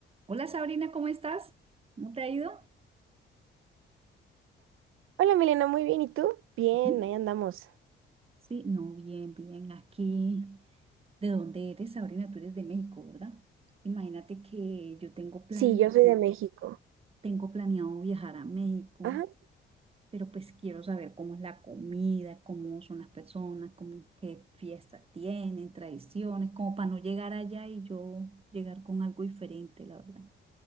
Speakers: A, on the right (about 30°); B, on the right (about 90°).
A: Hola Sabrina, ¿cómo estás? ¿Cómo te ha ido?
B: Hola Milena, muy bien. ¿Y tú? Bien,
A: Ujú.
B: ahí andamos.
A: Sí, no, bien, bien, aquí. ¿De dónde eres, Sabrina? Tú eres de México, ¿verdad? Imagínate que yo tengo plan,
B: Sí, yo soy de México.
A: tengo planeado viajar a México,
B: Ajá,
A: pero pues quiero saber cómo es la comida, cómo son las personas, cómo, qué fiestas tienen, tradiciones, como para no llegar allá y yo llegar con algo diferente, la verdad.